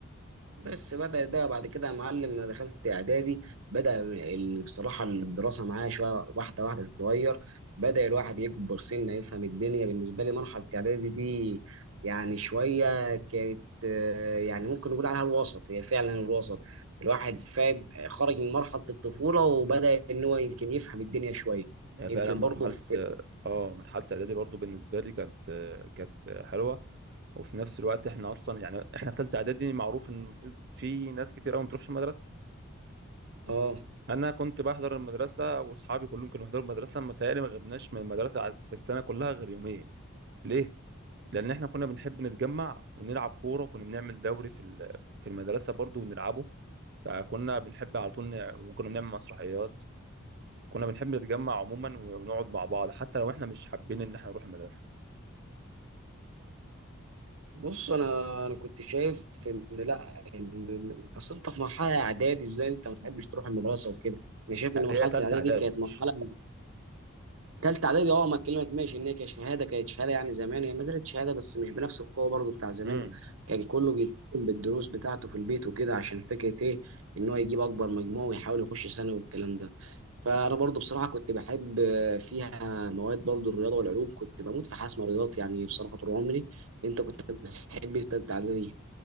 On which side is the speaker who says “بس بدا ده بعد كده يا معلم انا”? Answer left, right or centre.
Right